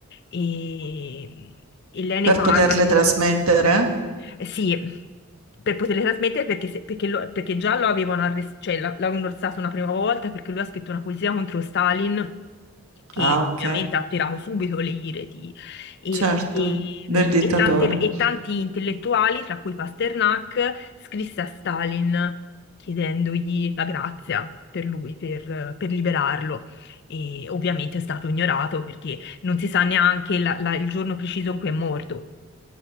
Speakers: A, on the left; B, on the right.
A: e, e lei ne
B: Per
A: parla.
B: poterle trasmettere?
A: Eh Sì, per poterle trasmettere perché, se- perché lo- perché già lo avevano arrestato, cioè la- l'avevano arrestato una prima volta perché lui ha scritto una poesia contro Stalin che
B: Ah, ok.
A: ovviamente ha attirato subito le ire di, e,
B: certo,
A: e-
B: del dittatore.
A: e tante- e tanti intellettuali, tra cui Pasternak, scrisse a Stalin chiedendogli la grazia per lui, per, per liberarlo. E ovviamente è stato ignorato perché non si sa neanche la- la- il giorno preciso in cui è morto.